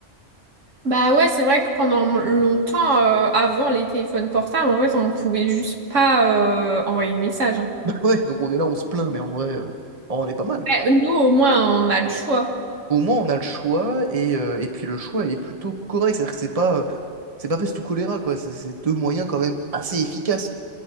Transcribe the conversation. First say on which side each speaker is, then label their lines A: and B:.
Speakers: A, on the right; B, on the right.
A: Bah ouais, c'est vrai que pendant longtemps, euh, avant les téléphones portables, en fait, on ne pouvait juste pas euh, envoyer de message.
B: <laughs> Ouais, donc on est là, on se plaint, mais en vrai, euh, on est pas mal.
A: Ouais, nous, au moins, on a le choix.
B: Au moins, on a le choix, et, euh, et puis le choix est plutôt correct. C'est-à-dire que c'est pas, euh, c'est pas peste ou choléra, quoi. C'est c'est deux moyens quand même assez efficaces.